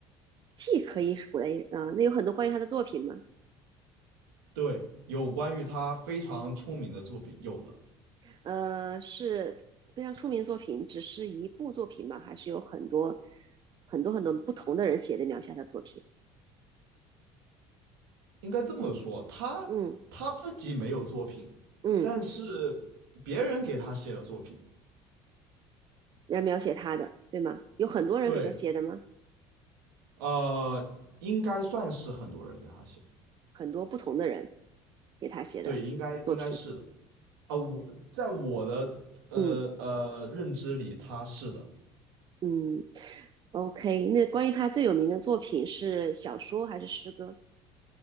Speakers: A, on the right; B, on the right.
A: 既可以是古代啊、呃那有很多关于他的作品吗？
B: 对，有关于他非常出名的作品，有的
A: 呃，是非常出名作品，只是一部作品吗？还是有很多很多很多不同的人写的描写他的作品？
B: 应该这么说，他他自己没有作品，
A: 嗯嗯，
B: 但是别人给他写了作品。
A: 来描写他的，对吗？有很多人给他写的吗？
B: 对，呃，应该算是很多人给他写的
A: 很多不同的人给他写的作品。
B: 对，应该应该是的。啊、我在我的呃呃认知里，
A: 嗯
B: 他是的，
A: 嗯，OK。那关于他最有名的作品是小说还是诗歌？